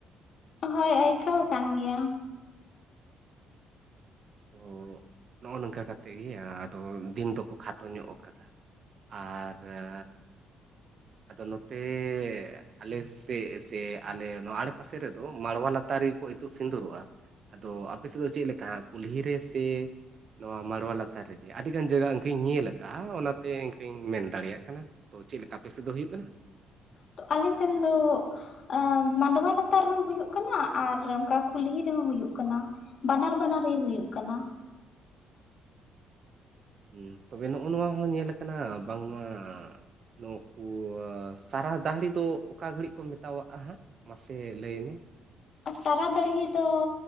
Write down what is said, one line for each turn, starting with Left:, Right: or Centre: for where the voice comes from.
Left: ᱦᱳᱭ ᱟᱹᱭᱠᱟᱹᱣ ᱟᱠᱟᱱ ᱜᱮᱭᱟ᱾
Right: ᱩᱸᱜ ᱱᱚᱜ-ᱚ ᱱᱚᱝᱠᱟ ᱠᱟ ᱠᱟᱛᱮᱜ ᱜᱮ ᱟᱫᱚ ᱫᱤᱱ ᱫᱚᱠᱚ ᱠᱷᱟᱴᱚ ᱧᱚᱜ ᱟᱠᱟᱫᱟ᱾ ᱟᱨ ᱨᱟ
Left: <inaudible>
Right: ᱟᱫᱚ ᱱᱚᱛᱮ ᱟᱞᱮ ᱥᱮᱫ ᱥᱮ ᱟᱞᱮ ᱱᱚᱣᱟ ᱟᱲᱰᱮ ᱯᱟᱥᱮ ᱨᱮᱫᱚ ᱢᱟᱲᱣᱟ ᱞᱟᱛᱟᱨ ᱨᱮ ᱜᱮᱠᱚ ᱤ ᱛᱩᱫ ᱥᱤᱸᱫᱩᱨᱚᱜ-ᱟ ᱟᱫᱚ ᱟᱯᱮ ᱥᱮᱫ ᱫᱚ ᱪᱮᱫ ᱞᱮᱠᱟ ᱠᱩᱞᱦᱤ ᱨᱮ ᱥᱮ ᱱᱚᱣᱟ ᱢᱟᱲᱣᱟ ᱞᱟᱛᱟᱨ ᱨᱮᱜᱮ, ᱟᱹᱰᱤ ᱜᱟᱱ ᱡᱟᱭᱜᱟ ᱤᱱᱠᱟᱧ ᱧᱮᱞ ᱟᱠᱟᱫ-ᱟ ᱚᱱᱟᱛᱮ ᱤᱱᱠᱟᱹᱧ ᱢᱮᱱ ᱫᱟᱲᱮᱭᱟᱜ ᱠᱟᱱᱟ᱾ ᱛᱚ ᱪᱮᱫ ᱞᱮᱠᱟ ᱟᱯᱮᱥᱮᱫ ᱫᱚ ᱦᱩᱭᱩᱜ ᱠᱟᱱᱟ?
Left: ᱛᱚ ᱟᱞᱮ ᱥᱮᱱ ᱫᱚ ᱟᱸ ᱢᱟᱰᱣᱟ ᱞᱟᱛᱟᱨ ᱨᱮᱦᱚᱸ ᱦᱩᱭᱩᱜ ᱠᱟᱱᱟ ᱟᱨ ᱚᱱᱠᱟ ᱠᱩᱞᱦᱤ ᱨᱮᱦᱚᱸ ᱦᱩᱭᱩᱜ ᱠᱟᱱᱟ᱾ ᱵᱟᱱᱟᱨ ᱵᱟᱱᱟᱨ ᱜᱮ ᱦᱩᱭᱩᱜ ᱠᱟᱱᱟ᱾
Right: ᱦᱩᱸ ᱛᱚᱵᱮ ᱱᱚᱜ-ᱚ ᱱᱚᱣᱟ ᱦᱚᱸ ᱧᱮᱞ ᱟᱠᱟᱱᱟ ᱵᱟᱝ ᱢᱟ ᱱᱩᱠᱩ ᱥᱟᱨᱟ ᱫᱟᱦᱲᱤ ᱫᱚ ᱚᱠᱟ ᱜᱷᱟᱹᱲᱤᱡ ᱠᱚ ᱢᱮᱛᱟᱣᱟᱜ-ᱟ ᱦᱟᱸᱜ? ᱢᱟᱥᱮ ᱞᱟᱹᱭ ᱢᱮ᱾
Left: ᱥᱟᱨᱟ ᱫᱟᱹᱲᱦᱤ ᱫᱚ